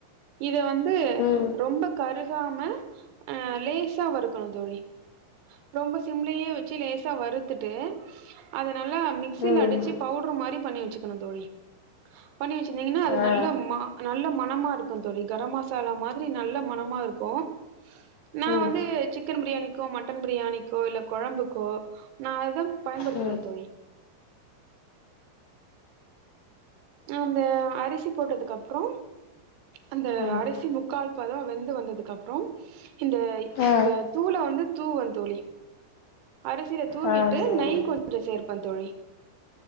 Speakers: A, on the right; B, on the left.
A: இது இத வந்து
B: ம்
A: ரொம்ப கருகாம லேசா வறுக்கணு தோழி ரொம்ப சிம்ளயே வச்சு லேஸ் தா வருத்துட்டு அத நல்லா மிக்சில
B: ம்
A: அடிச்சு பவுட்ரு மாரி பண்ணி வச்சுக்கணு தோழி பண்ணி வச்சிருந்தீங்னா அது
B: ஆ
A: நல்ல மா நல்ல ம மணமா இருக்கு தோழி கரம் மசாலா மாத்ரி நல்ல மணமா இருக்கு நா
B: ம்
A: வந்து சிக்கன் பிரியாணிக்கோ மட்டன் பிரியாணிக்கோ இல்ல கொழம்புக்கோ நா அததா பயன்படுத்துறத்
B: ம்
A: தோழி அந்த அரிசி போட்டதுக்கு அப்றோ அந்த
B: ம்
A: அரிசி முக்கால் பதோ வெந்து வந்ததுக்கு அப்றோ இந்த
B: ஆ
A: இந்த தூள வந்து தூவே தோழி அரிசியில தூவிட்டு
B: ஆ சேரிங்க
A: நெய் கொஞ்சோ சேர் ப்பே தோழி